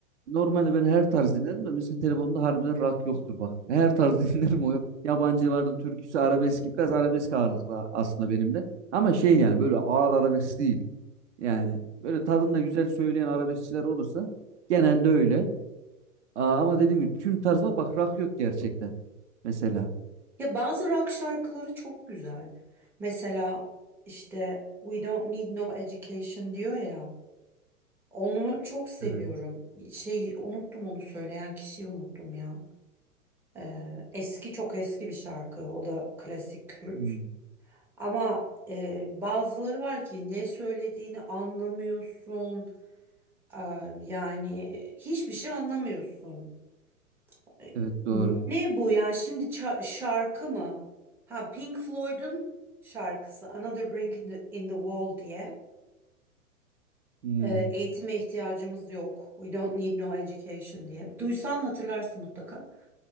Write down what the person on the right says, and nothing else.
normalde ben her tarz dinlerim de mesela telefonumda harbiden rock yoktur bak. Her tarz <laughs> dinlerim o. Yabancı vardı, türküsü, arabeski. Biraz arabesk ağırlıklı aslında benim de. Ama şey yani böyle ağır arabesk değil. Yani böyle tadında güzel söyleyen arabeskçiler olursa genelde öyle. Aa, ama dediğim gibi tüm tarz var. Bak rock yok gerçekten mesela.
Evet.
Hmm,
evet doğru.
Hmm.